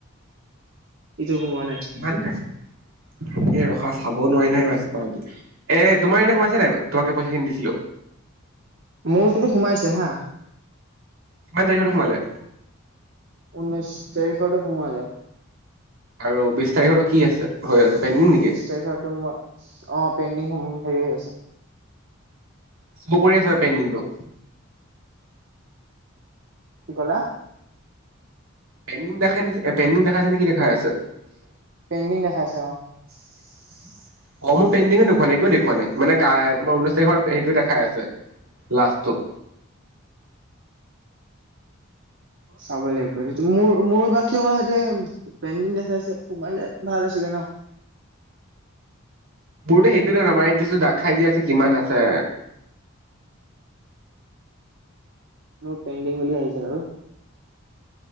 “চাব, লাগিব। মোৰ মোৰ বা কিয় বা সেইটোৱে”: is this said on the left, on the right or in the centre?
Right